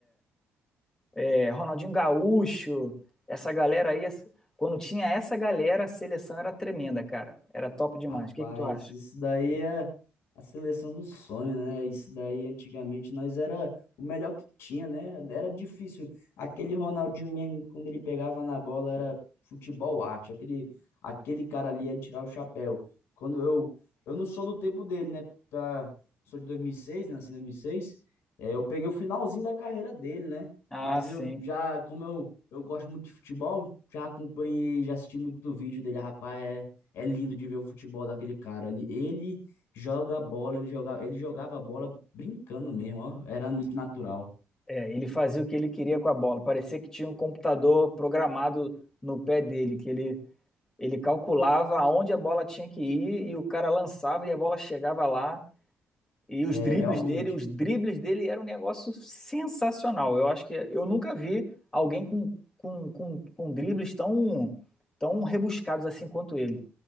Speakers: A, on the left; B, on the left.
A: é, Ronaldinho Gaúcho, essa galera aí. Quando tinha essa galera, a seleção era tremenda, cara. Era top demais.
B: Rapaz,
A: O que que tu acha?
B: isso daí é a seleção do sonho, né? Isso daí antigamente nós era o melhor que tinha, né? Era difícil. Aquele Ronaldinho mesmo, quando ele pegava na bola, era futebol arte. Aquele, aquele cara ali é de tirar o chapéu. Quando eu, eu não sou do tempo dele, né? Pra- sou de 2006, né? Nasci em 2006. É, eu peguei o finalzinho da carreira dele, né?
A: Ah,
B: Mas
A: sim.
B: eu já, como eu, eu gosto muito de futebol, já acompanhei, já assisti muito do vídeo dele, rapaz. é é lindo de ver o futebol daquele cara. Ele, ele joga a bola, ele jogava, ele jogava a bola brincando mesmo, ó. Era muito natural.
A: É, ele fazia o que ele queria com a bola. Parecia que tinha um computador programado no pé dele, que ele, ele calculava aonde a bola tinha que ir e o cara lançava e a bola chegava lá. E os
B: É,
A: dribles
B: realmente.
A: dele, os dribles dele eram um negócio sensacional. Eu acho que eu nunca vi alguém com, com, com, com dribles tão, tão rebuscados assim quanto ele.